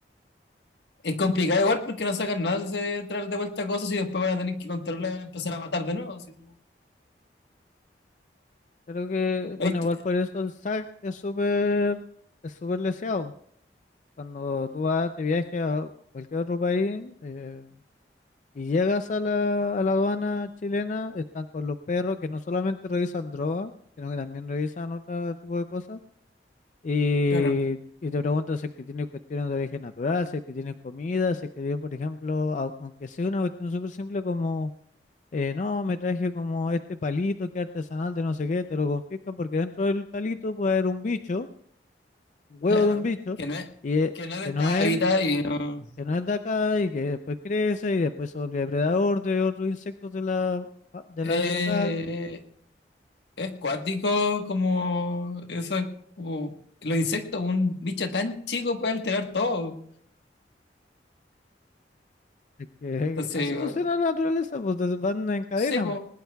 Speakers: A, on the left (about 75°); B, on the left (about 45°).
A: es complicado igual porque no sacan nada de traer de vuelta cosas y después van a tener que controlarla y van a empezar a matar de nuevo. si no-
B: creo que, bueno,
A: Ahí
B: igual
A: te-
B: por eso el SAC es súper es súper leseado. Cuando tú vas de viaje a cualquier otro país eh, y llegas a la, a la aduana chilena, están con los perros que no solamente revisan droga, sino que también revisan otro tipo de cosas. Y,
A: Claro,
B: y te preguntan si es que tiene cuestiones de origen natural, si es que tiene comida, si es que tiene, por ejemplo, au- aunque sea una cuestión súper simple como eh, no, me traje como este palito que es artesanal de no sé qué, te lo confiscan porque dentro del palito puede haber un bicho, un huevo
A: claro.
B: de un bicho,
A: Que no es,
B: y eh,
A: que no es de
B: que
A: esta
B: no es,
A: vida y no.
B: que no es de acá y que después crece y después se vuelve depredador de otros insectos de la, fa- del
A: Eh,
B: área local.
A: es cuático como eso es como los insectos, un bicho tan chico puede alterar todo.
B: Es que
A: Entonces,
B: así funciona la naturaleza, pues des- van en cadena,
A: sí,
B: pues.